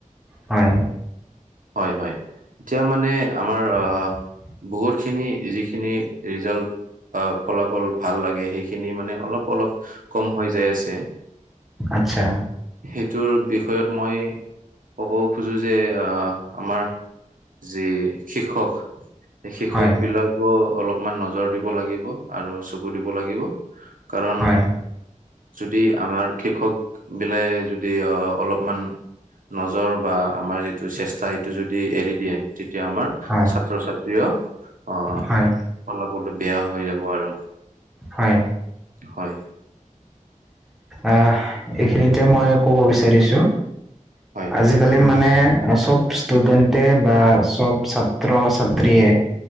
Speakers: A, in the centre; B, on the right.
A: হয়।
B: হয় হয় এতিয়া মানে আমাৰ
A: <inaudible>
B: আহ
A: <unintelligible>
B: বহুতখিনি যিখিনি ৰিজাল্ট অ ফলাফল ভাল লাগে সেইখিনি মানে অলপ অলপ কম হৈ যাই আছে।
A: আতছা।
B: সেইটোৰ বিষয়ত মই ক'ব খোজো যে অ আমাৰ যি শিক্ষক এই শিক্ষক
A: হয়
B: বিলাকো অলপ মান নজৰ দিব লাগিব আৰু চকু দিব লাগিব। কাৰণ
A: হয়
B: যদি আমাৰ শিক্ষক বিলাক যদি অ অলপমান নজৰ বা আমাৰ যিটো চেষ্টা সেইটো যদি এৰি দিয়ে তেতিয়া আমাৰ ছাত্ৰ
A: হয়
B: ছাত্ৰীও অ
A: হয়
B: ফলাফলটো বেয়া হৈ যাব আৰু।
A: হয়।
B: হয়
A: অ এইখিনিতে মই কব বিচাৰিছো।
B: হয় হয়
A: আজিকালি মানে চব ষ্টুডেণ্টে বা সব ছাত্ৰ ছাত্ৰীয়ে